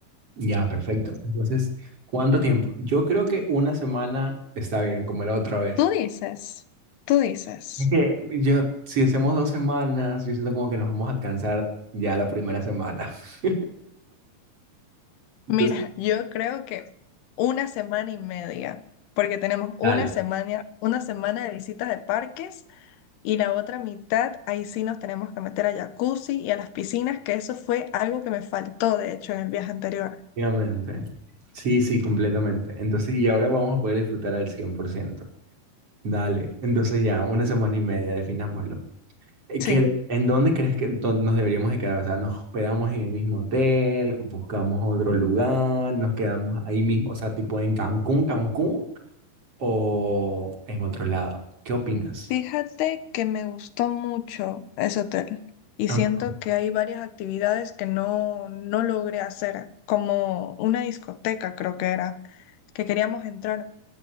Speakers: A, on the right (about 35°); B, on the left (about 85°).
A: Ya, perfecto. Entonces, ¿cuánto tiempo? Yo creo que una semana está bien, como la otra vez.
B: Tú dices, tú dices.
A: Es que yo, si hacemos dos semanas, yo siento como que nos vamos a cansar ya la primera semana. <laughs> Entonces,
B: Mira, yo creo que una semana y media, porque tenemos una
A: Dale.
B: semana, una semana de visitas de parques y la otra mitad, ahí sí nos tenemos que meter a jacuzzi y a las piscinas, que eso fue algo que me faltó, de hecho, en el viaje anterior.
A: Efectivamente. Sí, sí, completamente. Entonces, y ahora vamos a poder disfrutar al cien por ciento Dale. Entonces ya, una semana y media, definámoslo Eh, ¿qué-
B: Sí.
A: en dónde crees que to- nos deberíamos de quedar? O sea, nos hospedamos en el mismo hotel, buscamos otro lugar, nos quedamos ahí mismo, o sea, tipo en Cancún, Cancún o en otro lado. ¿Qué opinas?
B: Fíjate que me gustó mucho ese hotel y
A: Am-
B: siento que hay varias actividades que no, no logré hacer, como una discoteca creo que era, que queríamos entrar.